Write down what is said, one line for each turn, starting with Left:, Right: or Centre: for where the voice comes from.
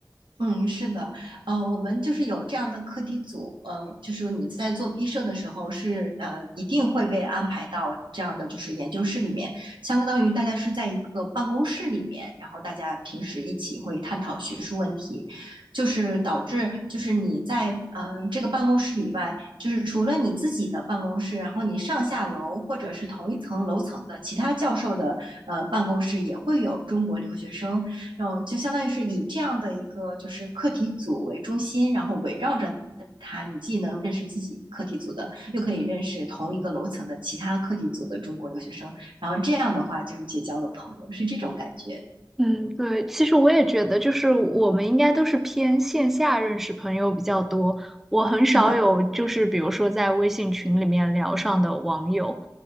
Right: 嗯，是的，呃，我们就是有这样的课题组，呃，就是你在做毕设的时候是呃，一定会被安排到这样的就是研究室里面，相当于大家是在一个办公室里面，然后大家平时一起会探讨学术问题，就是导致就是你在嗯、呃这个办公室以外，就是除了你自己的办公室，然后你上下楼或者是同一层楼层的其他教授的呃办公室也会有中国留学生。然后就相当于是以这样的一个就是课题组为中心，然后围绕着它，你既能认识自己课题组的，又可以认识同一个楼层的其他课题组的中国留学生，然后这样的话就是结交了朋友，是这种感觉。
Centre: 嗯，对，其实我也觉得，就是我们应该都是偏线下认识朋友比较多，我很少有就是比如说在微信群里面聊上的网友。
Right: 是的，